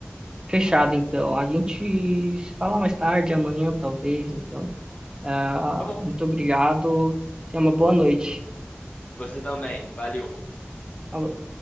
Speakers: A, on the right; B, on the left.
A: Fechado, então. A gente se fala mais tarde, amanhã talvez. Então, Ah,
B: Tá bom.
A: muito obrigado. Tenha uma boa noite.
B: Você também, valeu.
A: Falou.